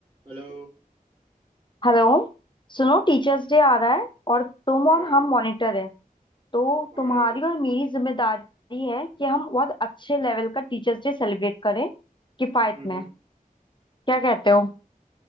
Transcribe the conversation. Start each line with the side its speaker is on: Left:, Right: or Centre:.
Right: Hello
Left: Hello सुनो teachers day आ रहा है और तुम
Right: हाँ
Left: और हम मॉनिटर हैं तो
Right: हाँ
Left: तुम्हारी
Right: यार
Left: और मेरी जिम्मेदारी है कि हम बहुत अच्छे लेवल का टीचर्स डे सेलिब्रेट करें किफायत
Right: हम्म
Left: में क्या कहते हो